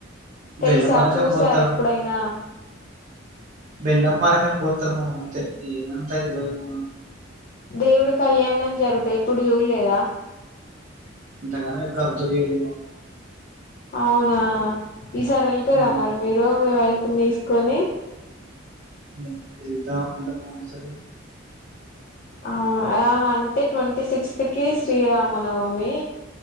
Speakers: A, on the left; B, on the right.
A: తెలుసా
B: బెల్లం పానకం
A: చూసారా
B: పోత్తాము
A: ఎప్పుడైనా
B: బెల్లం పనకం పొత్తరు మామ అంతే ఏమంతా తెలవదు మామ
A: దేవుడు కళ్యాణం జరుగుతాయ్ ఎప్పుడు జుల్లేదా
B: ఇంతగానం ఎప్పుడు అబ్సర్ చేయాలె మామ
A: అవునా ఈసారి వెళ్తారా
B: ఉమ్.
A: మరి మీరు మీ వైఫ్ నేసుకొని
B: ఎల్తా <unintelligible> డెల్టా కులామో అనుసరి
A: ఆ అ అంటే ట్వంటీ సిక్స్త్ కి శ్రీరామనవమి